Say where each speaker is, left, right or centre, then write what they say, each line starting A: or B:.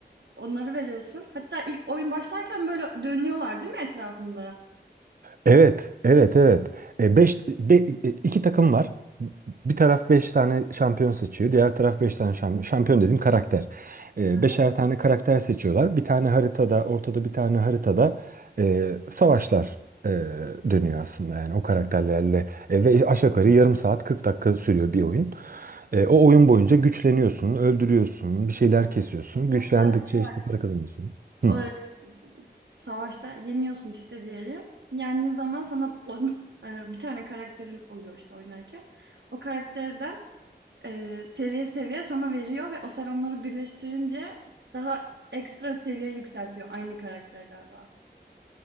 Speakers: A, on the right; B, on the right.
A: onları veriyorsun. Hatta ilk oyun başlarken böyle dönüyorlar değil mi etrafında?
B: Evet, evet, evet. E, beş, be- e, iki takım var. Bir taraf beş tane şampiyon seçiyor. Diğer taraf beş tane şampiyon. Şampiyon dediğim karakter. E,
A: Hı
B: beşer
A: hı.
B: tane karakter seçiyorlar. Bir tane haritada, ortada bir tane haritada e, savaşlar e, dönüyor aslında. Yani o karakterlerle. E, ve aşağı yukarı yarım saat 40 dakika sürüyor bir oyun. E, o oyun boyunca güçleniyorsun, öldürüyorsun, bir şeyler kesiyorsun. Güçlendikçe
A: Hatta şey var,
B: işte para kazanıyorsun. Hı.
A: emm, s savaşta yeniyorsun işte diyelim. Yendiğin zaman sana onun, eee, bir tane karakterin oluyor işte oynarken. O karakterden, eee, seviye seviye sana veriyor ve o sen onları birleştirince daha ekstra seviye yükseltiyor aynı karakter galiba.